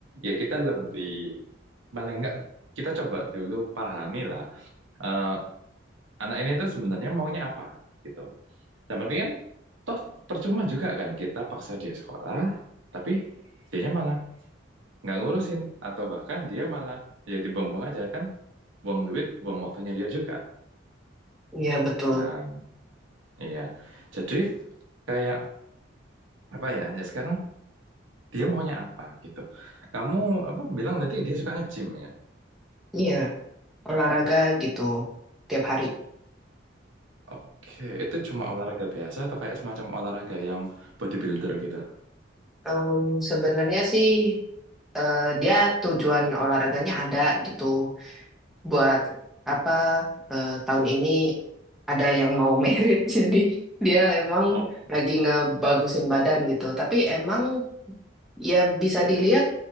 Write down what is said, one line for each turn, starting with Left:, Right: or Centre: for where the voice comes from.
Right: ya kita lebih paling nggak kita coba dulu pahami lah eh, anak ini itu sebenarnya maunya apa gitu. Dan kan toh percuma juga kan kita paksa dia sekolah, tapi dianya malah nggak ngurusin atau bahkan dia malah ya dibuang-buang aja kan, buang duit, buang waktunya dia juga.
Centre: Iya betul.
Right: Nah, iya. Jadi kayak apa ya? Ya sekarang dia maunya apa gitu. Kamu apa bilang nanti dia suka nge-gym ya?
Centre: Iya. olahraga gitu tiap hari.
Right: Oke, itu cuma olahraga biasa atau kayak semacam olahraga yang bodybuilder gitu?
Centre: Em, sebenarnya sih eh, dia tujuan olahraganya ada gitu buat apa eh, tahun ini ada yang mau <laughs> merit jadi dia emang
Right: Oh,
Centre: lagi ngebagusin badan gitu. Tapi emang ya bisa dilihat